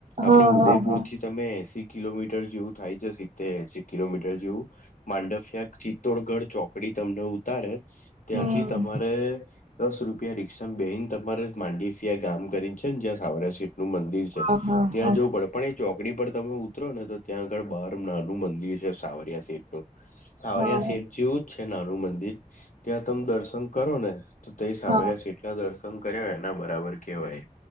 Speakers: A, on the left; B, on the right.
A: આપડે
B: હા
A: ઉદયપુરથી
B: હા હા
A: તમે એસી કિલોમીટર જેવું થાય છે સિત્તેર એસી કિલોમીટર જેવું માંડફિયા ચિત્તોડગઢ ચોકડી તમને ઉતારે ત્યાંથી
B: હમ
A: તમારે દસ રૂપિયા રિક્ષામાં બેહી ન તમારે માંડીફિયા ગામ કરી છે ને જ્યાં સાવરિયા શેઠનું મંદિર છે
B: હા હા
A: ત્યાં
B: હા
A: જવું પડે પણ એક ચોકડી પર તમે ઉતરો ને તો ત્યાં આગળ બહાર નાનું મંદિર છે સાવરિયા સેઠ સાવરિયા
B: હા
A: શેઠ જેવું જ છે નાનું મંદિર ત્યાં તમેં દર્શન કરો ને તો એ સાવરિયા
B: હા
A: શેઠના દર્શન કર્યા હોય એના બરાબર કેવાય